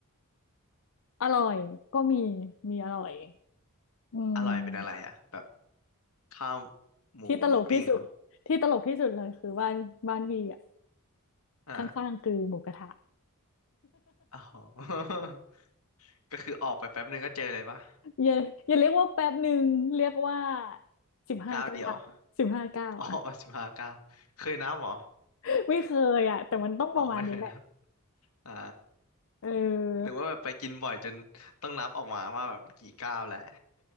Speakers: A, on the left (about 65°); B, on the left (about 80°).
A: อร่อยก็มี มีอร่อยอืม
B: อร่อยเป็นอะไรอ่ะแบบข้าวหมูหมูปิ้งเหรอ
A: ที่ตลกที่สุดที่ตลกที่สุดเลยคือบ้านบ้านวีอ่ะ
B: อ่า
A: ข้างๆคือหมูกระทะ
B: อ๋อ <laughs> ก็คือออกไปแป๊บนึงก็เจอเลยปะ
A: <laughs> อย่าอย่าเรียกว่าแป๊บหนึ่งเรียกว่าสิบห้าเก้า
B: ก้าวเดียว
A: สิบห้าเก้าอ่ะ
B: อ๋อสิบห้าก้าวเคยนับเหรอ
A: <laughs> ไม่เคยอ่ะแต่มันต้องประมาณนี้แหละ
B: อ๋อไม่เคยนับอ่า
A: เออ
B: หรือว่าแบบไปกินบ่อยจนต้องนับออกมาว่าแบบกี่ก้าวแล้ว